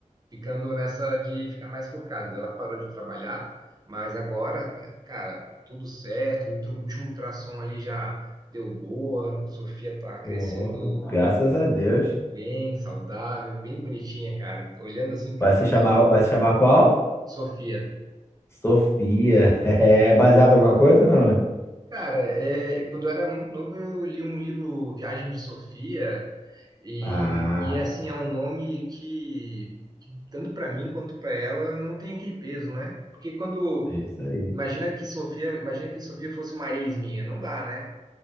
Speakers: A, on the right; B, on the left.
A: ficando nessa de ficar mais por casa. Ela parou de trabalhar, mas agora, ca- cara, tudo certo. O ultra- o último ultrassom ali já deu boa. Sofia tá crescendo
B: Pô, graças a Deus.
A: bem, saudável, bem bonitinha, cara. Olhando assim pro
B: Vai
A: ultrassom,
B: se chamar, vai se chamar qual?
A: Sofia.
B: Sofia. <laughs> É baseado em alguma coisa, não, né?
A: Cara, é, quando eu era muito novo, eu li um livro Viagem de Sofia e,
B: Ah,
A: e é assim, é um nome que, que tanto para mim quanto para ela não tem aquele peso, né? Porque quando
B: é isso aí.
A: Imagina que Sofia, imagina que Sofia fosse uma ex minha, não dá, né?